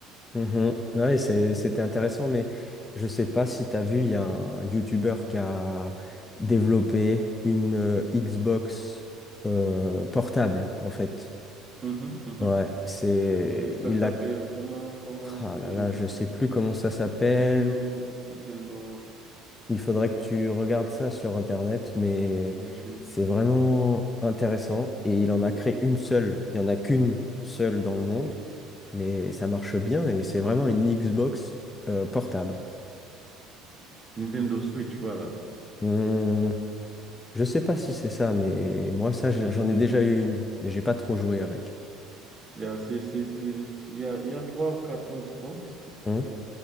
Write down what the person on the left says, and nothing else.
Mhm. Ouais, c'est- c'était intéressant, mais je sais pas si tu as vu, il y a un YouTuber qui a développé une euh, Xbox euh, portable, en fait.
Ouais, c'est.
Il
a.
Ah là là, je sais plus comment ça s'appelle.
Il faudrait que tu regardes ça sur Internet, mais
c'est vraiment intéressant. Et il en a créé une seule. Il y en a qu'une seule dans le monde, mais ça marche bien et c'est vraiment une Xbox euh, portable.
Hum, je sais pas si c'est ça, mais moi, ça, j'ai-
j'en ai déjà
eu une, mais j'ai pas trop joué avec.
Hum,